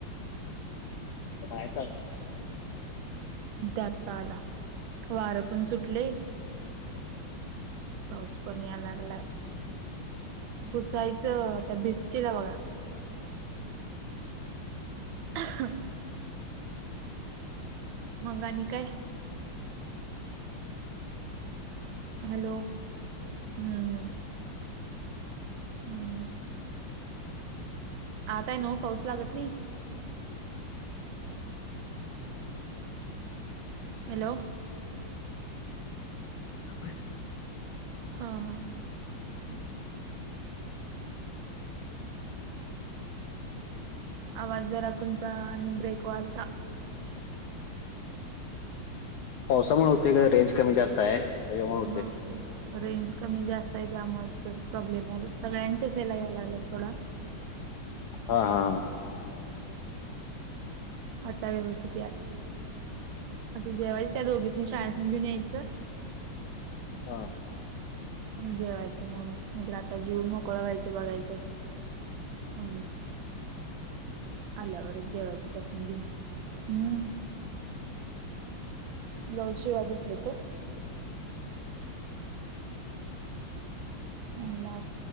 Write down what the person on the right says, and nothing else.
आत्ता आला. वारं पण सुटलेय. पाऊस पण या लागलाय. पुुसायचं आता भिजशीला बघा. <inaudible> मग आणि काय? हॅलो! हम्म हम्म. हम्म हम्म. आत आहे ना ओ पाऊस लागत नाही. हॅलो!
हां हां. आवाज जरा तुमचा आणि ब्रेक व्हायलता.
हा रेंज कमी जास्त आहे त्यामुळे स प्रॉब्लेम यायलेत सगळ्यांचेच येला यायला लागलेत सोडा.
आता व्यवस्थित यायला आता ज्यावळेस त्या दोघीच शाळेतनी घेऊन यायचं.
जेवायचं मग, नाहीतर आताच जीवुन मोकळं व्हायचं बघायचं. <unintelligible> आल्यावरच जेवायच त्यासनी घेऊन. हम्म ब्लाऊज शिवाय बसले तो. म्हणला